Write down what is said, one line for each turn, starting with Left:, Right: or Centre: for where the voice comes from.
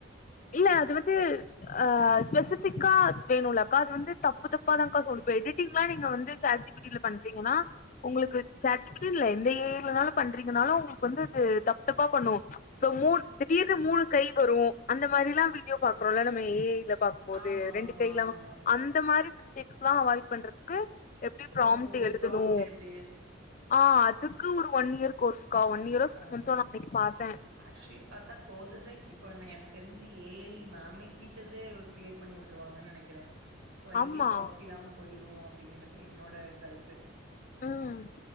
Left: இல்ல அது வந்து ஆ ஸ்பெசிபிக்கா வேணுல்ல அக்கா அது வந்து தப்பு தப்பாதாக்கா சொல் இப்ப எடிங்லாம நீங்க வந்து சாட்ஜி பி டில பண்றீங்கன்னா உங்களுக்கு சேட் ஜி பி டி இல்ல எந்த ஏ ஐ லனாலும் பண்றீங்கனாலும் உங்களுக்கு வந்து அது தப்பு தப்பா பண்ணு இப்ப மூன் திடீர்னு மூணு கை வரும் அந்த மாரிலா வீடியோ பாக்றோல்ல நம்ம ஏ ஐல பாக் போது
Right: ஆமா
Left: ரெண்டு
Right: ஆமா
Left: கை எல்ல
Right: ஆமா ஆமா ஆமா
Left: அந்த மாரி மிஸ்டேக்ஸ்ல்லா அவாய்ட் பண்றதுக்கு எப்டி பிராம்ன்ட்
Right: ஓ
Left: எழுதணு
Right: ப்ராம்ப்ட் எப்டி
Left: ஆ அது க்கு ஒரு ஒன் இயர் கோர்ஸ்க்கா ஒன் இயர் சிக்ஸ்
Right: ஆ
Left: மந்த் அன்னைக்கு பார்த்தே
Right: ஆக்சுவலி பாத்தா கோர்சஸே இப்போ எனக்கு தெரிஞ்சு ஏ மேம டீச்சர்ஸே கிரியேட் பண்ணி வுட்டுருவாங்கன்னு நெனைக்கிறே சோ எங்களுக்கு
Left: ஆமா
Right: ஒர்க் இல்லாம போயிரும் அப்டிங்கறது என்னோட கருத்து
Left: ம்